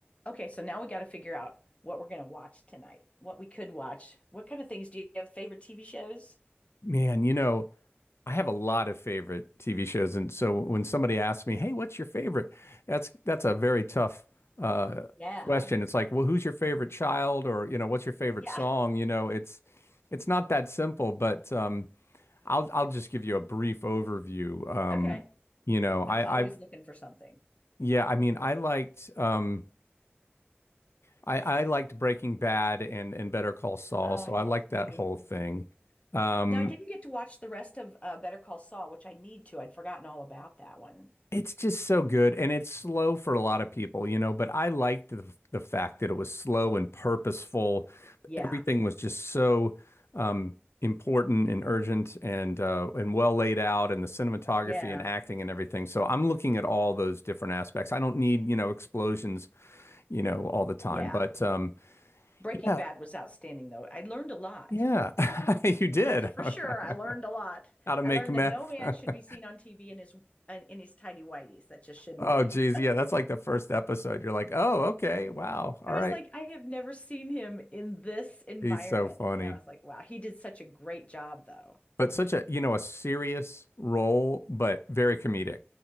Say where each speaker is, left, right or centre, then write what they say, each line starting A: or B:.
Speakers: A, on the left; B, on the left.
A: Okay, so now we got to figure out what we're going to watch tonight, what we could watch. What kind of things do you have favorite TV shows?
B: Man, you know, I have a lot of favorite TV shows, and so when somebody asks me, "Hey, what's your favorite?" That's that's a very tough uh,
A: Yeah.
B: question. It's like, well, who's your favorite child, or you know, what's your favorite
A: Yeah.
B: song? You know, it's it's not that simple. But um, I'll I'll just give you a brief overview. Um,
A: Okay.
B: you know, I,
A: I'm always
B: I've
A: looking for something.
B: yeah, I mean, I liked um, I I liked Breaking Bad and and Better Call Saul,
A: Oh,
B: so
A: I did
B: I liked that
A: too.
B: whole thing. Um,
A: Now, I didn't get to watch the rest of uh, Better Call Saul, which I need to. I'd forgotten all about that one.
B: It's just so good and it's slow for a lot of people, you know, but I liked the, the fact that it was slow and purposeful.
A: Yeah.
B: Everything was just so um, important and urgent and uh, and well laid out and the cinematography
A: Yeah.
B: and acting and everything. So I'm looking at all those different aspects. I don't need, you know, explosions, you know, all the time,
A: Yeah.
B: but um,
A: Breaking
B: yeah,
A: Bad was outstanding, though. I learned a lot.
B: yeah, <laughs> you did.
A: That's for sure.
B: <laughs>
A: I learned a lot.
B: How to make
A: I learned
B: meth.
A: that no man
B: <laughs>
A: should be seen on TV in his in, in his tidy whities. That just shouldn't
B: Oh,
A: be.
B: geez. Yeah, that's like the first episode. You're like, oh, okay, wow, all
A: I was
B: right.
A: like, I have never seen him in this environment.
B: He's so funny.
A: And I was like, wow, he did such a great job, though.
B: But such a, you know, a serious role, but very comedic.